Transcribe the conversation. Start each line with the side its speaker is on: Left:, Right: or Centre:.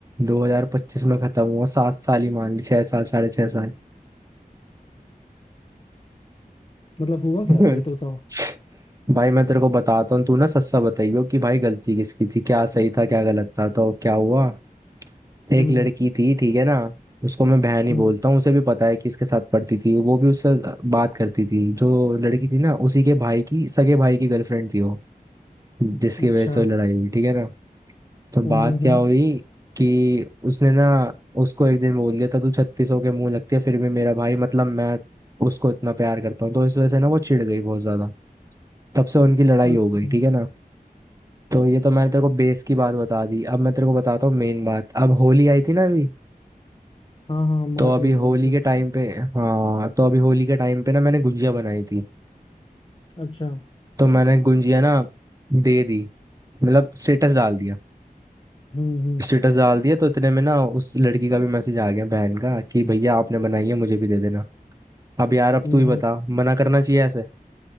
Right: 2025 में खत्म हुआ सात साल ही मान ली छह साल साढ़े छह साल
Left: मतलब हुआ
Right: <laughs>
Left: क्या था ये तो बताओ
Right: भाई मैं तेरे को बताता हूँ तू ना सच्चा बताइयो कि भाई गलती किसकी थी क्या सही था क्या गलत था तो क्या हुआ एक
Left: हम्म
Right: लड़की थी ठीक है ना उसको मैं बहन ही
Left: हम्म
Right: बोलता हूँ उसे भी पता है कि इसके साथ पढ़ती थी वो भी उससे बात करती थी जो लड़की थी ना उसी के भाई की सगे भाई की गर्लफ्रेंड थी वो जिसकी
Left: अच्छा
Right: वजह से वो लड़ाई हुई ठीक है ना तो
Left: हम्म
Right: बात
Left: हम्म
Right: क्या
Left: हम्म,
Right: हुई कि उसने ना उसको एक दिन बोल दिया था तू छत्तीसों के मुंह लगती है फिर भी मेरा भाई मतलब मैं उसको इतना प्यार करता हूँ तो इस वजह से ना वो चिढ़ गई बहुत ज्यादा तब से उनकी लड़ाई
Left: अच्छा
Right: हो गई ठीक है ना तो ये तो मैंने तेरे को बेस की बात बता दी अब मैं तेरे को बताता हूँ मेन बात अब होली आई थी ना अभी
Left: हाँ हाँ मार्च
Right: तो अभी
Left: में जो
Right: होली
Left: आई थी
Right: के टाइम पे हाँ तो अभी होली के टाइम पे ना मैंने गुंजिया बनाई थी
Left: अच्छा
Right: तो मैंने गुंजिया ना दे दी मतलब स्टेटस डाल दिया
Left: हम्म हम्म
Right: स्टेटस डाल दिया तो इतने में ना उस लड़की का भी मैसेज आ गया बहन का कि भैया आपने बनाई है मुझे भी दे देना अब यार अब
Left: हम्म
Right: तू ही बता
Left: हम्म,
Right: मना करना चाहिए ऐसे